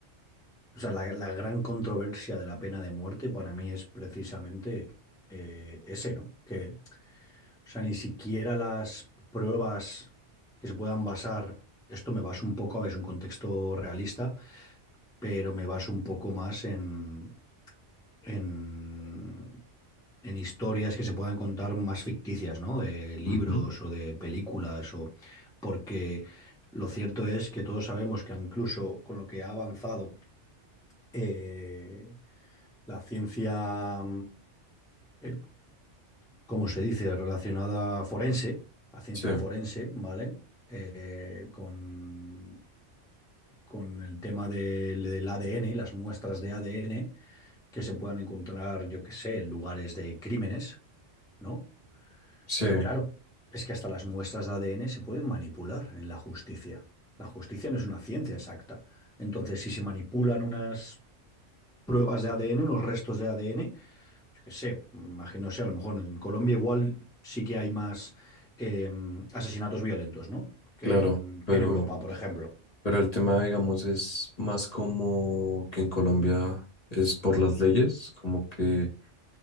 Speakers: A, in the centre; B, on the left (about 35°).
A: O sea, la, la gran controversia de la pena de muerte para mí es precisamente eh, ese, ¿no? Que, o sea, ni siquiera las pruebas que se puedan basar, esto me baso un poco a ver, es un contexto realista pero me baso un poco más en, en, en historias que se puedan contar más ficticias, ¿no? De libros
B: Ujú.
A: o de películas, o porque lo cierto es que todos sabemos que incluso con lo que ha avanzado eh, la ciencia, eh, ¿cómo se dice?, relacionada forense, a ciencia
B: Sí,
A: forense, ¿vale? Eh, con, con el tema del del ADN y las muestras de ADN que se puedan encontrar, yo qué sé, en lugares de crímenes, ¿no?
B: sí,
A: Pero claro, es que hasta las muestras de ADN se pueden manipular en la justicia. La justicia no es una ciencia exacta. Entonces, si se manipulan unas pruebas de ADN, unos restos de ADN, yo qué sé, imagino sea, a lo mejor en Colombia igual sí que hay más eh, asesinatos violentos, ¿no? Que
B: claro,
A: en, que
B: pero...
A: en Europa, por ejemplo.
B: Pero el tema, digamos, es más como que en Colombia es por las leyes, como que